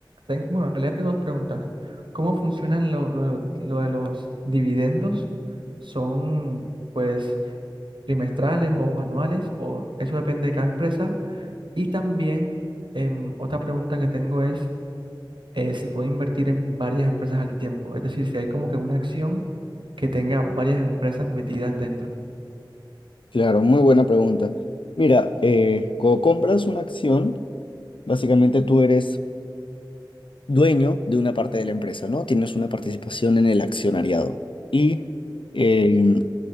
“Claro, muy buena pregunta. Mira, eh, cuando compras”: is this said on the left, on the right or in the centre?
Left